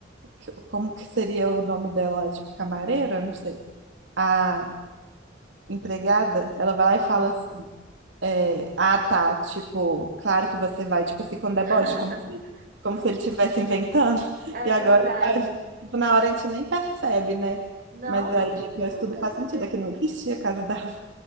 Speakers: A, on the right; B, on the right.
A: que- como que seria o nome dela, tipo, camareira, eu não sei. A empregada, ela vai lá
B: Aham.
A: e fala assim, É, ah, tá. Tipo, claro que você vai, tipo assim, com deboche,
B: <laughs>
A: como se, como se ele estivesse inventando. <laughs>
B: É
A: E agora,
B: verdade.
A: a gente- tipo, na hora a gente nem percebe, né?
B: Não,
A: Mas aí
B: não tinha
A: depois
B: como
A: tudo
B: perceber.
A: faz sentido, é que não existia casa da. <laughs> avó.